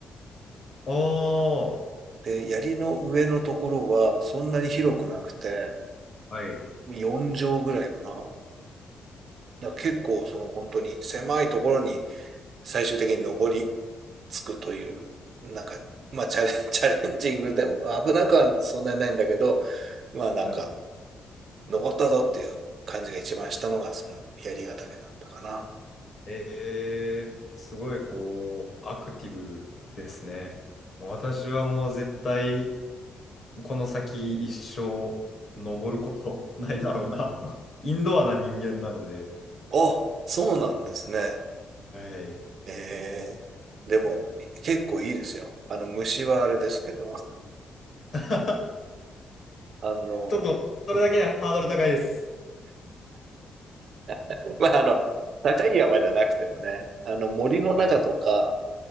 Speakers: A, on the left; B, on the right.
A: おー、
B: で、槍の上のところはそんなに広くなくて、
A: はい。
B: 4畳ぐらいかな。だから結構その本当に狭いところに最終的に登りつくという、なんか、まあチャレン、<laughs> チャレンジングでも危なくはそんなにないんだけど、まあなんか、
A: はい
B: 登ったぞっていう感じが一番したのが、その槍ヶ岳だったかな。
A: えー、すごいこう、アクティブですね。私はもう絶対、この先一生、登ることないだろうな。<laughs> インドアな人間なので。
B: あ、そうなんですね。
A: はい。
B: えー、でも、
A: ね
B: 結構いいですよ。あの、虫はあれですけど、
A: <laughs>
B: あの、
A: ちょっと、それだけでハードル高いです。
B: <laughs> まあ、あの、高い山じゃなくてもね、あの、森の中とか、
A: はい。